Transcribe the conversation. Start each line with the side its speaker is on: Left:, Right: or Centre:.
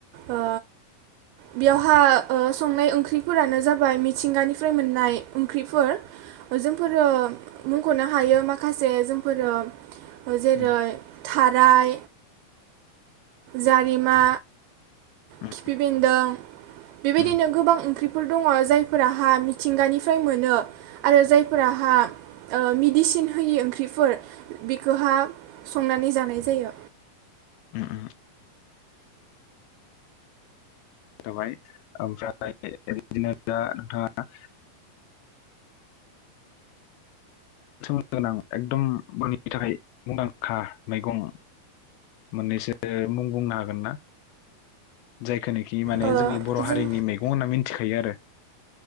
Right: ओ बेयावहा ओ संनाय ओंख्रिफोरानो जाबाय मिथिंगानिफ्राय मोननाय ओंख्रिफोर जों फोरो बखनो हायो माखासे जोंफोरो ह
Left: उम
Right: जेरै थाराय जारिमा
Left: उम
Right: खिफि बेन्दों बेबायदिनो
Left: उम
Right: गोबां ओंख्रि फोर दङ जायफोरा हा मिथिंगानिफ्राय मोनो आरो जाय फोर हा मेडिसिन होयि ओंख्रिफोर बेखौ हा संनानै जानाय जायो
Left: उ उ जाबाय ओमफ्राय बिदिनो दा नोंथाङा सोमोनदो गोनां एकदमनि थाखाय मुंदांखा मैगं मोननैसो मुं बुंनो हागोन ना जायखनि खि माने
Right: ओ
Left: जोंनि बर
Right: जों
Left: हारिनि मैगं होनना मिथिख थायो आरो